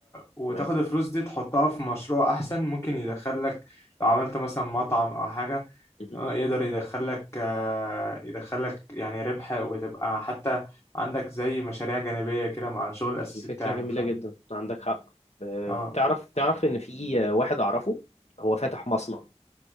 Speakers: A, on the left; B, on the left.
A: وتاخد
B: تمام
A: الفلوس دي تحطها في مشروع احسن ممكن يدخلك لو عملت مثلا مطعم او حاجه
B: مهم.
A: آه، يقدر يدخلك آه، يدخلك يعني ربح وتبقى حتى عندك زي مشاريع جانبيه كده مع الشغل الاساسي
B: دي فكرة
A: بتاعك
B: جميلة
A: فاهم
B: جدا عندك حق أم،
A: اه
B: تعرف تعرف ان في واحد اعرفه هو فاتح مصنع